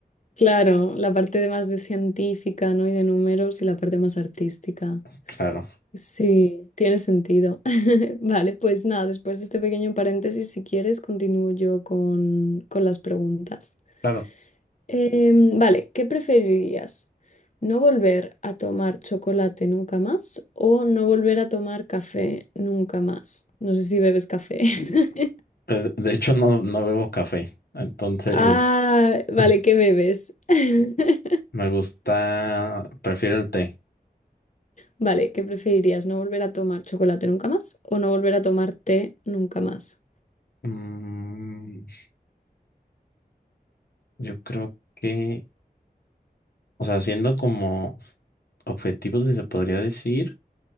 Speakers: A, on the left (about 45°); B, on the left (about 70°).
A: Claro, la parte de más de científica, ¿no? Y de números y la parte más artística.
B: Claro,
A: Sí, tiene sentido. <laughs> Vale, pues nada, después de este pequeño paréntesis, si quieres, continúo yo con, con las preguntas.
B: claro.
A: Em, vale, ¿qué preferirías? ¿No volver a tomar chocolate nunca más o no volver a tomar café nunca más? No sé si bebes café. <laughs>
B: Pues, de hecho no, no bebo café, entonces
A: Ah, vale,
B: <laughs>
A: ¿qué bebes? <laughs>
B: me gusta, prefiero el té.
A: Vale, ¿qué preferirías? ¿No volver a tomar chocolate nunca más o no volver a tomar té nunca más?
B: Mm, yo creo que, o sea, siendo como objetivos, si se podría decir.